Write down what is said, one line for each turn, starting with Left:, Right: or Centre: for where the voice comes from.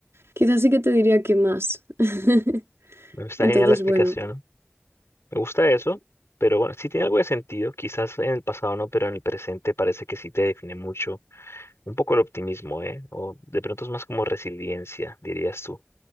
Right: quizás sí que te diría que más. <laughs>
Left: Bueno, está
Right: Entonces,
Left: genial la explicación,
Right: bueno.
Left: ¿no? Me gusta eso, pero bueno, sí tiene algo de sentido, quizás en el pasado no, pero en el presente parece que sí te define mucho Un poco el optimismo, ¿eh? O de pronto es más como resiliencia, dirías tú.